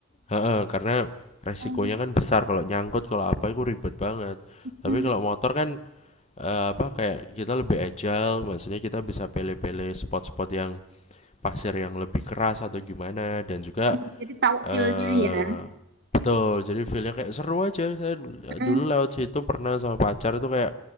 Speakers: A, on the left (about 30°); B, on the right (about 50°).
A: Heeh, karena resikonya
B: Oh,
A: kan besar kalau nyangkut kalau apa itu ribet banget tapi
B: mm,
A: kalau motor kan eh, apa kayak kita lebih agile maksudnya kita bisa pilih-pilih spot-spot yang pasir yang lebih keras atau gimana dan juga
B: mm. Jadi tahu
A: eh
B: feel-nya ya.
A: betul jadi feelnya kayak seru aja saya
B: Mm.
A: dulu lewat situ pernah sama pacar itu kayak